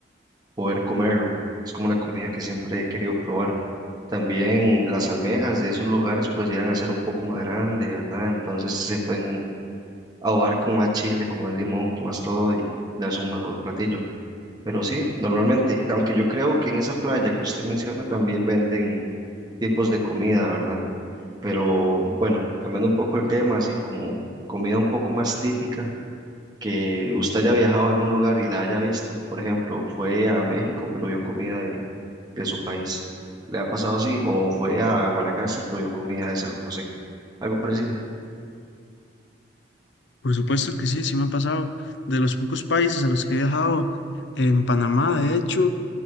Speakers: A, on the right; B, on the left.
A: poder comerlo. Es como una comida que siempre he querido probar. También las almejas de esos lugares pues llegan a ser un poco más grandes, ¿verdad? Entonces se pueden ahogar con más chile, con más limón, con más todo y darse un mejor platillo. Pero sí, normalmente, aunque yo creo que en esa playa que usted menciona también venden tipos de comida, ¿verdad? Pero bueno, cambiando un poco el tema, así como comida un poco más típica que usted haya viajado a algún lugar y la haya visto. Por ejemplo, fue a México, pero vio comida de, de su país. ¿Le ha pasado así? O fue a Guanacaste, pero vio comida de San José. Algo parecido.
B: Por supuesto que sí, sí me ha pasado. De los pocos países a los que he viajado, en Panamá, de hecho,